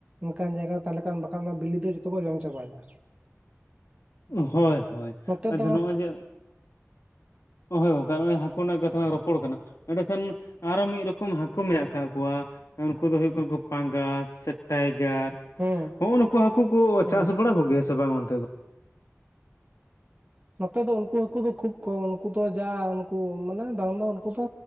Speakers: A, on the right (about 25°); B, on the left (about 75°).
A: ᱚᱱᱠᱟᱱ ᱡᱟᱭᱜᱟ ᱛᱟᱦᱚᱞᱮ ᱠᱷᱟᱱ ᱵᱟᱠᱷᱟᱱ ᱚᱱᱟ ᱵᱤᱞᱤ ᱫᱚ ᱡᱚᱛᱚ ᱠᱚ ᱡᱚᱢ ᱪᱟᱵᱟᱭᱟ
B: ᱦᱳᱭ ᱦᱳᱭ
A: ᱱᱚᱛᱮ
B: ᱟᱫᱚ
A: ᱫᱚ
B: ᱱᱚᱜᱼᱚᱭ ᱡᱮ ᱦᱳᱭ ᱜᱚᱝᱠᱮ ᱟᱨ ᱢᱤᱫ ᱦᱟᱹᱠᱩ ᱨᱮᱱᱟᱜ ᱠᱟᱛᱷᱟ ᱞᱟᱝ ᱨᱚᱯᱚᱲ ᱠᱟᱱᱟ ᱮᱸᱰᱮ ᱠᱷᱟᱱ ᱟᱨᱦᱚᱸ ᱢᱤᱫ <inaudible> ᱨᱚᱠᱚᱢ ᱦᱟᱹᱠᱩ ᱢᱮᱱᱟᱜ ᱟᱠᱟᱫ ᱠᱚᱣᱟ ᱩᱱᱠᱩ ᱫᱚ ᱦᱩᱭᱩᱜ ᱠᱟᱱᱟ ᱠᱚ ᱯᱟᱸᱜᱟᱥ ᱥᱮ ᱴᱟᱭᱜᱟᱨ
A: ᱦᱩᱸ
B: ᱦᱚᱸᱜᱼ ᱱᱩᱠᱩ ᱦᱟᱹᱠᱩ ᱠᱚ
A: ᱦᱩᱸ
B: ᱪᱟᱥ ᱵᱟᱲᱟ ᱠᱚᱜᱮᱭᱟ ᱥᱮ ᱵᱟᱝ ᱚᱱᱛᱮ ᱫᱚ
A: ᱱᱚᱛᱮ ᱫᱚ ᱩᱱᱠᱩ ᱦᱟᱹᱠᱩ ᱫᱚ ᱠᱷᱩᱵᱽ ᱠᱚᱢ ᱩᱱᱠᱩ ᱫᱚ ᱡᱟ ᱩᱱᱠᱩ ᱢᱟᱱᱮ ᱫᱟᱢ ᱫᱚ ᱩᱱᱠᱩ ᱫᱚ